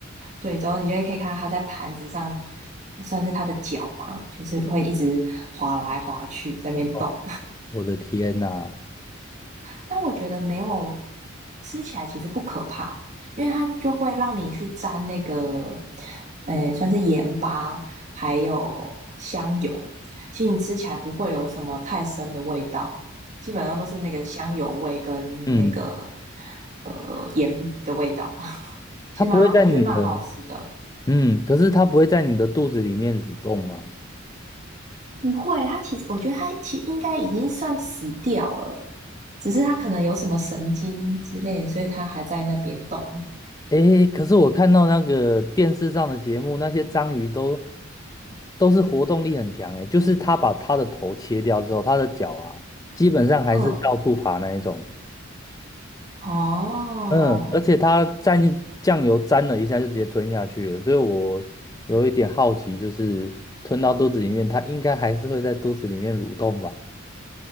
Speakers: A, on the right (about 35°); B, on the left (about 20°).
A: 对，然后你就会可以看到它在盘子上，算是它的脚嘛，就是会一直滑来滑去在那边动。
B: 哦，我的天呐，
A: 但我觉得没有吃起来其实不可怕，因为它就会让你去沾那个，诶，算是盐巴还有香油，其实你吃起来不会有什么太深的味道，基本上都是那个香油味跟那个
B: 嗯，
A: 呃盐的味道，<laughs> 其实蛮我觉得蛮好吃的。
B: 它不会在你的，嗯，可是它不会在你的肚子里面蠕动吗？
A: 不会，它其实我觉得它其实应该已经算死掉了，只是它可能有什么神经之类，所以它还在那边动。
B: 诶，可是我看到那个电视上的节目，那些章鱼都都是活动力很强诶，就是他把他的头切掉之后，他的脚啊，基本上还是到处爬那一种。
A: 嗯。哦，
B: 嗯，而且他蘸酱油沾了一下就直接吞下去了，所以我有一点好奇，就是吞到肚子里面，它应该还是会在肚子里面蠕动吧？